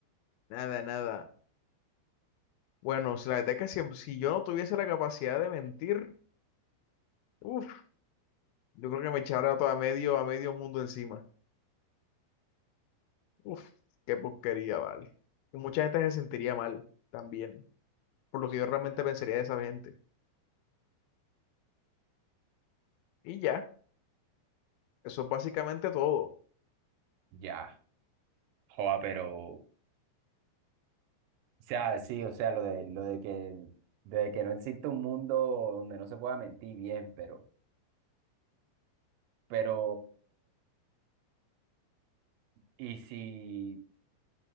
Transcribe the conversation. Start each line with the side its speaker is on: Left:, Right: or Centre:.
Left: nada, nada. Bueno, si la verdad es que si, si yo no tuviese la capacidad de mentir, uff, yo creo que me echara todo a medio, a medio mundo encima. Uff, qué porquería, vale. Y mucha gente se sentiría mal también, por lo que yo realmente pensaría de esa gente. Y ya, eso es básicamente todo.
Right: ya. Joa, pero, o sea, sí, o sea, lo de, lo de que, de que no existe un mundo donde no se pueda mentir bien, pero, pero, ¿y si,